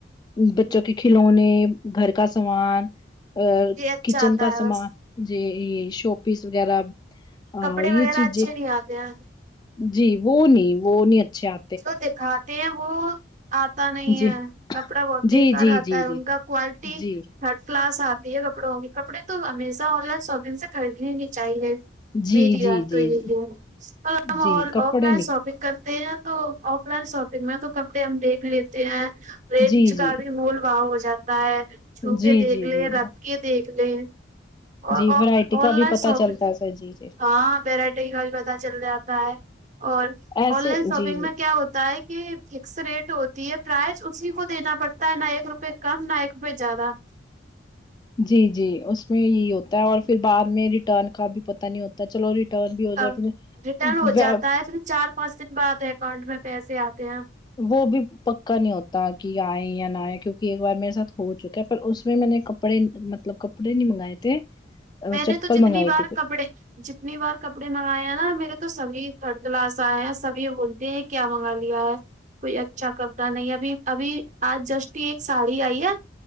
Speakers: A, on the right (about 40°); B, on the left (about 20°).
A: ہے
B: بچوں کے کھلونے گھر کا سامان ا
A: جی اچھا
B: کچن
A: آتا
B: کا
A: ہے
B: سمان
A: بس
B: جی شو پیس وغیرہ
A: کپڑے
B: یہ
A: وغیرہ
B: چیزیں
A: اچھے نہیں آتے ہیں
B: جی وہ نہیں وہ نہیں اچھے آ
A: جو دکھاتے ہیں وہ آتا نہیں
B: جی
A: ہے کپڑا بہت بیکار
B: جی جی
A: آتا
B: جی
A: ہے
B: جی
A: ان کا کوالٹی
B: جی
A: تھرڈ کلاس آتی ہے کپڑوں کے کپڑے تو ہمیشہ آن لائن شاپ ان سے خریدنی نہیں چاہیے
B: جی
A: میری
B: جی
A: بات
B: جی
A: تو یہی
B: جی
A: ہے <unintelligible> اگر ہم آن
B: جی کپڑے
A: لائن
B: نک
A: شاپنگ کرتے ہیں تو آف لائن شاپنگ میں تو کپڑے ہم دیکھ لیتے ہیں ریٹ
B: جی جی
A: کا بھی مول بھاؤ ہو جاتا ہے چھو
B: جی
A: کے دیکھ
B: جی
A: لے
B: جی
A: رکھ کے دیکھ لے آن
B: جی ورائٹی کا
A: لائن
B: بھی پتا
A: شاپگ
B: چلتا ہے سر جی جی
A: ہاں پیراٹی کل بھی پتہ چل جاتا ہے اور
B: ایسے
A: آن لائن شاپنگ
B: جی جی
A: میں کیا ہوتا ہے کہ فکس ریٹ ہوتی ہے پرائز اسی کو دینا پڑتا ہے نا ایک روپے کم نا ایک پہ زیادہ
B: جی جی اس میں یہی ہوتا ہے اور پھر بعد میں ریٹرن کا بھی پتہ نہیں ہوتا چلو ریٹرن بھی ہو جائے
A: اب
B: پھر
A: ریٹرن ہو جاتا ہے پھر چار پانچ دن بعد اکاؤنٹ میں پیسے آتے ہیں
B: وہ بھی پکا نہیں ہوتا کہ آئے یا نہ آئے کیونکہ ایک بار میرے ساتھ ہو چکا ہے پر اس میں نے کپڑے مطلب کپڑے نہیں منگائے تھے اور
A: میں نے
B: چپل
A: تو جتنی
B: منگائے
A: بار
B: تھی کو
A: کپڑے جتنی بار کپڑے منگائے ہیں نا میرے تو سبھی تھرڈ کلاس آئے ہیں سبھی بولتے یہ کیا منگا لیا ہے کوئی اچھا کپڑا نہیں ابھی ابھی آج جسٹ ایک ساڑی آئی ہے